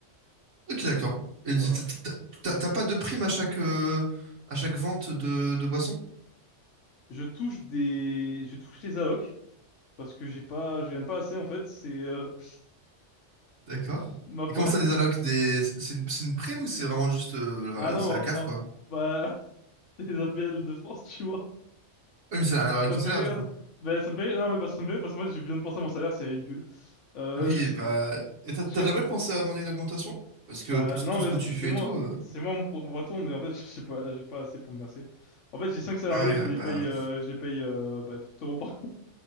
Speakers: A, on the right; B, on the left.
A: Ok,
B: Non.
A: d'accord. Et
B: Voilà.
A: t- t- t- T'as t'as pas de prime à chaque, euh, à chaque vente de, de boisson?
B: Je touche des, je touche des allocs parce que j'ai pas, je gagne pas assez en fait. C'est euh, <laughs>
A: D'accord.
B: ma
A: Et
B: boîte.
A: comment ça, des allocs, des... c'est une, c'est une prime ou c'est vraiment juste, euh, voilà,
B: Ah non,
A: c'est
B: oh,
A: la CAF,
B: oh,
A: quoi?
B: bah <laughs> C'est les APL de France, tu vois.
A: Oui, mais c'est la- avec
B: Ça
A: ton
B: me
A: salaire,
B: fait rire.
A: du coup.
B: Ben, ça me fait rire. Non, mais parce, ça me fait rire parce qu'en fait, je viens de penser à mon salaire, c'est ridicule. Euh,
A: <laughs> Oui,
B: je...
A: bah, et t'as
B: je
A: t'as
B: ga-
A: jamais pensé à demander une augmentation? Parce que
B: Bah,
A: pour
B: non,
A: tout
B: mais
A: ce que
B: parce
A: tu
B: que
A: fais
B: c'est moi.
A: et tout, euh,
B: C'est moi mon propre patron, mais en fait, <laughs> je sais pas, j'ai pas assez pour me verser. En fait, j'ai 5 salariés,
A: Ah oui, ouais,
B: je les
A: bah
B: paye,
A: oui.
B: euh, je les paye euh, bah, 30 euros par